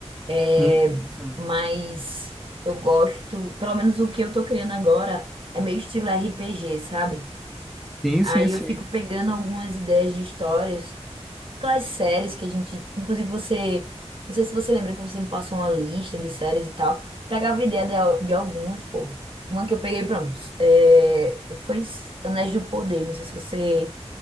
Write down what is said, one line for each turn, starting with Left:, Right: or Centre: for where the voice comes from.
Right: É,
Centre: Hum, sim.
Right: mas eu gosto, pelo menos o que eu tô criando agora é meio estilo RPG, sabe?
Centre: Sim,
Right: Aí
Centre: sim, sim.
Right: eu fico pegando algumas ideias de histórias Aquelas séries que a gente, inclusive você, não sei se você lembra que você me passou uma lista de séries e tal, pegava ideia de, al- de algumas, pô. Uma que eu peguei, pronto, é, foi Anéis do Poder, não sei se você